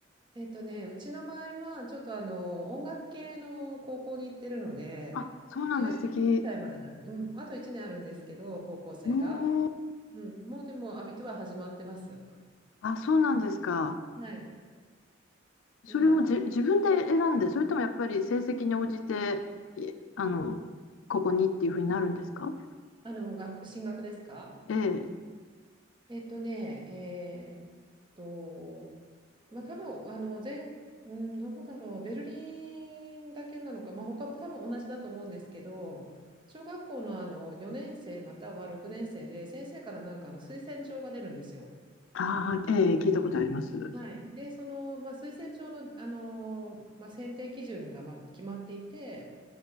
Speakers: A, on the right (about 25°); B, on the left (about 80°).
A: えっとね、うちの場合は、ちょっとあの音楽系の高校に行ってるので、
B: あ、そうなんだ、
A: 19歳までなん、
B: 素敵。
A: うん、あと1年あるんですけど、高校生が。
B: うーん、
A: うん、もうでも、アビトゥア始まってます。
B: あ、そうなんですか。
A: はい。
B: それもじ、
A: まあ、
B: 自分で選んで、それともやっぱり成績に応じて、いあの、ここにっていうふうになるんですか
A: あの、学進学ですか
B: ええ。
A: えっとね、えーっと、まあ多分あの全、うん、どうだろう、ベルリンだけなのか、まあ他も多分同じだと思うんですけど、小学校の、あの4年生または6年生で先生からなんかあの推薦状が出るんですよ。
B: ああ、ええ、聞いたことあります。
A: はい。で、その、まあ、推薦状の、あの、まあ、選定基準がまあ決まっていて、